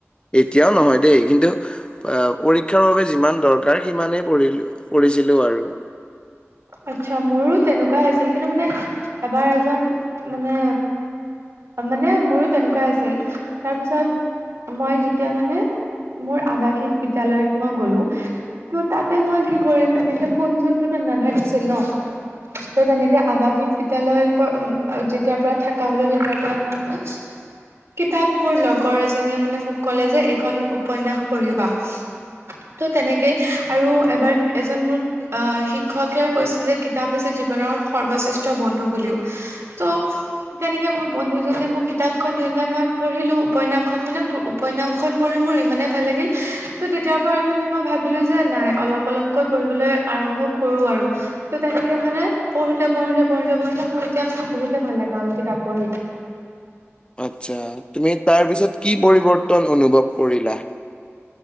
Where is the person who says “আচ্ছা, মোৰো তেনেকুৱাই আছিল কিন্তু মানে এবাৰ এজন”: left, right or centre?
Right